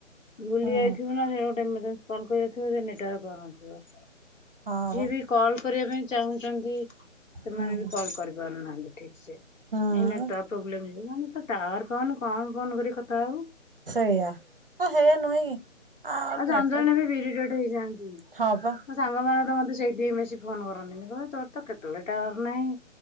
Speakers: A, on the left (about 80°); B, on the right (about 45°).
A: ବୁଲି
B: ହୁଁ
A: ଯାଇଥିବୁ ନା ସେଇଟା ଗୋଟେ ଏମର୍ଜେନ୍ସି କଲ୍ କରିବାର ଥିବ ସେଠି ନେଟୱାର୍କ ପାଉନଥିବ।
B: ହଁ
A: ଯିଏ
B: ବା
A: ବି କଲ୍ କରିବା ପାଇଁ ଚାହୁଁଛନ୍ତି ସେମାନେ
B: ହୁଁ
A: ବି କଲ୍ କରି ପାରୁନାହାଁନ୍ତି। ଏଇ
B: ହୁଁ
A: ନେଟୱାର୍କ ପ୍ରୋବ୍ଲେମ୍ ଯୋଗୁ ଏଇ ମାନେ ତ ଟାୱାର ପାଉନି କଣ ଫୋନ କରି କଥା ହବୁ।
B: ସେଇଆ ଆ ହେ ନୁହେଁ କି ଆଉ
A: ଆଚ୍ଛା
B: ନେଟୱାର୍କ
A: ଆନ୍ଦୋଳନ ବି ବିରି ଡଟ ହେଇଯାନ୍ତି
B: ହଁ ପା
A: ମୋ ସାଙ୍ଗମାନେ ତ ମତେ ସେଇଠିକି ବେଶୀ ଫୋନ୍ କରନ୍ତିନି କହିବେ ତୋର ତ କେତେବେଳେ ନେଟୱାର୍କ ୱର୍କ ନାହିଁ